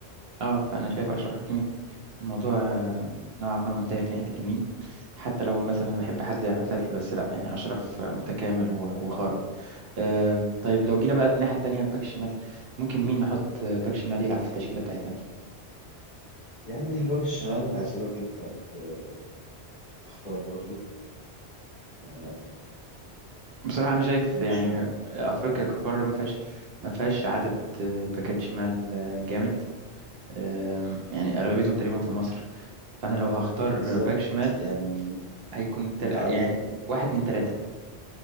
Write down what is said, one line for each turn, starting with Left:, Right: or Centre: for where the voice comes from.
Right: اه فأنا شايف أشرف حكيمي الموضوع آه، نوعا ما منتهي في ناحية اليمين حتى لو مثلا بحب حد زي أحمد فتحي بس لأ يعني أشرف آه، متكامل و- وخارق آه طيب لو جينا بقى للناحية التانية باك شمال ممكن مين نحط آه، باك شمال يلعب في التشكيلة بتاعتنا دي
Left: يعني الباك الشمال هسيبك أنت ت- تختار برضو آه،
Right: بصراحة أنا شايف
Left: مش
Right: يعني
Left: م-
Right: أفريقيا كقارة ما فيهاش ما فيهاش عدد آه، باكات شمال آه، جامد آم، يعني أغلبيتهم تقريبا في مصر فانا لو هختار
Left: بالظبط
Right: باك شمال
Left: يعني
Right: هيكون تل...
Left: أنت عندك
Right: يعني واحد من ثلاثه